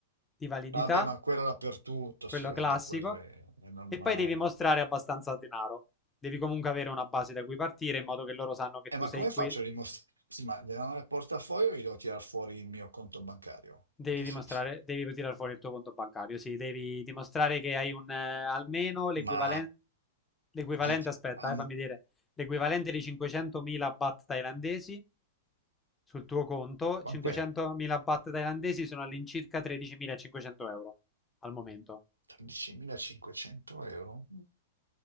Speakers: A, on the left; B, on the right.
A: di validità,
B: Vabbè, ma quello dappertutto,
A: quello
B: sì, vabbè,
A: classico,
B: quello è, è normale.
A: e poi devi mostrare abbastanza denaro. Devi comunque avere una base da cui partire in modo che loro sanno che
B: Eh,
A: tu
B: ma
A: sei
B: come
A: qui.
B: faccio a dimostrare? Sì, ma nel portafoglio io devo tirare fuori il mio conto bancario.
A: Devi
B: In che
A: dimostrare,
B: senso?
A: devi tirare fuori il tuo conto bancario, sì, devi dimostrare che hai un, eh, almeno l'equivalente,
B: Ma
A: l'equivalente,
B: di,
A: aspetta,
B: am-
A: eh, fammi dire, l'equivalente di 500.000 baht thailandesi sul tuo conto,
B: quant'è?
A: 500.000 baht thailandesi sono all'incirca 13.500 euro al momento.
B: 13.500 euro? Mm.